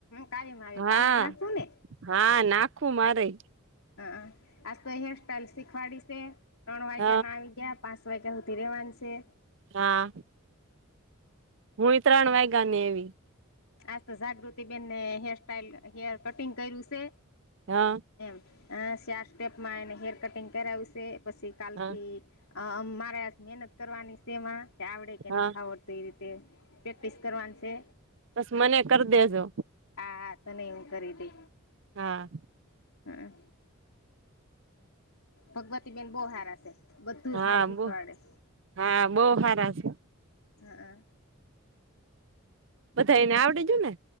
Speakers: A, on the left; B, on the right.
A: કાળીમાં આવે
B: હા
A: <unintelligible> નાખવું ને
B: હા નાખું મારે
A: હા આજ તો હેર સ્ટાઈલ શીખવાડી છે ત્રણ વાગ્યા
B: હ
A: ના આવી ક્યા પાસ વાગ્યા હુંધી રેવાનસે
B: હા હું ત્રણ વાયગા ને એવી
A: આજ તો જાગૃતિ બેેનને હેર સ્ટાઇલ હેર કટિંગ કર્યું છે.
B: હા
A: એમ ચાર સ્ટેપમાં એને હેર કટિંગ કરાવ્યું છે પછી કાલથી
B: હા
A: અ મારે મહેનત કરવાની છે તેમાં આવડે કે
B: હા
A: નથી આવડ તો એ રીતે પ્રેક્ટિસ કરવાની છે
B: બસ મને કરી દેજો
A: હા હા તને હું કરી દે.
B: હા
A: હા ભગવતી બેેન બહુ સારા છે બધું
B: હા
A: સારું શીખવાડે
B: બો હા બહુ હારા છે.
A: હ અ
B: બધા એને આવડેજ ને?